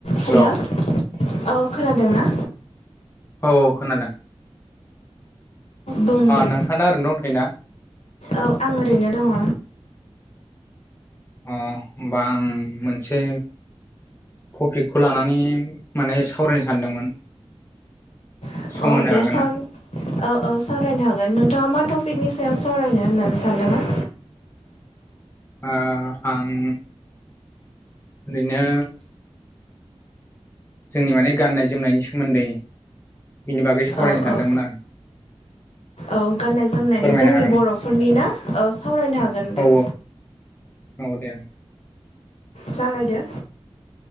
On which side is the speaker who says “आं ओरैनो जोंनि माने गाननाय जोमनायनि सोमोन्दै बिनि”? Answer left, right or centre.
Left